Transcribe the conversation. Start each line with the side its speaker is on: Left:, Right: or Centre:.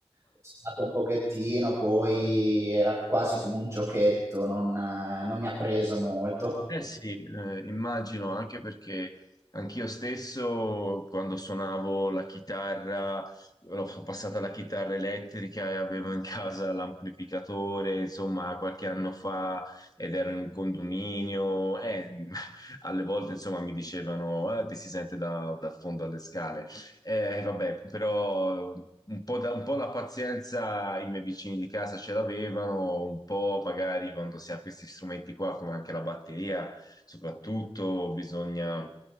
Right: ho suonato un pochettino, poi era quasi come un giochetto, non, eh, non mi ha preso molto.
Left: Eh sì, eh, immagino anche perché anch'io stesso quando suonavo la chitarra, ho passata alla chitarra elettrica e avevo in casa l'amplificatore, insomma, qualche anno fa ed ero in un condominio e <laughs> alle volte, insomma, mi dicevano, "Ah, ti si sente da da fondo alle scale. Eh, vabbè, però un po', da- un po' la pazienza i miei vicini di casa ce l'avevano, un po' magari quando si ha questi strumenti qua, come anche la batteria, soprattutto bisogna,